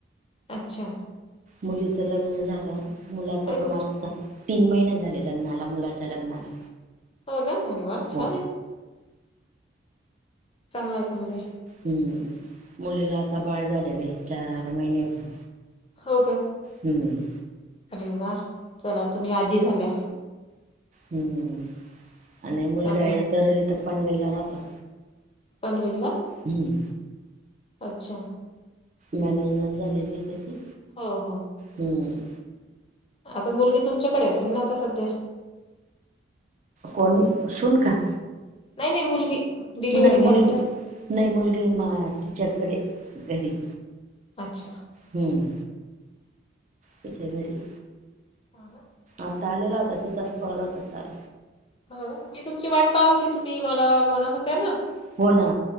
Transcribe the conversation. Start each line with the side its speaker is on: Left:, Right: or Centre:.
Left: अच्छा.
Right: मुलीच लग्न झालं. मुलाच
Left: अरे
Right: पण
Left: खूप
Right: आत्ता तीन महिने झाले लग्नाला, मुलाच्या लग्नाला.
Left: हो ना. अरे वा छान
Right: हो
Left: आहे. चांगलाय चांगलंय.
Right: हम्म. मुलीला आता बाळ झालेलं आहे. चार महिन्याच.
Left: हो काय.
Right: हम.
Left: अरे वा. चला तुम्ही आजी झाल्या.
Right: हम्म. आणि मुलगा
Left: चांगलंय
Right: आहे तर इथ पनवेलला राहतो
Left: पनवेल ला.
Right: हम्म.
Left: अच्छा!
Right: मॅनेजमेंट झालेली आहे त्याची.
Left: हो हो.
Right: हम्म.
Left: आता मुलगी तुमच्याकडे असेल ना आता सध्या.
Right: कोण सुन का?
Left: नाय नाय मुलगी. डिलिव्हरी
Right: नाय
Left: झाली
Right: मुलगी
Left: तर
Right: नाय मुलगी मा तिच्याकडे घरी.
Left: अच्छा
Right: हमम. त्याच्या घरी..
Left: हां ना.
Right: आता आलेला होता तिचाच काॅल होता काल.
Left: हो मी तुमची वाट पाहत होती तुम्ही मला म्हणत होतात ना.
Right: हो ना